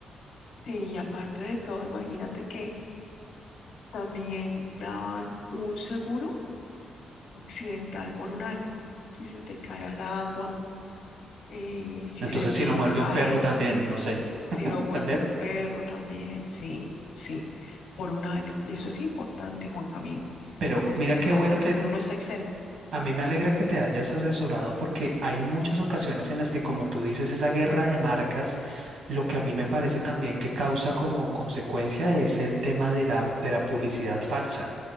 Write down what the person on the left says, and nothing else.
Sí, Y aparte de todo, imagínate que también daban un seguro accidental por un año. Si se te cae al agua eh, si
se te
cae,
si
lo muerde
un perro también, sí, sí, por un año. Eso es importante, Juan Camilo,
porque
eso
no es-
uno no está exento.
¿no?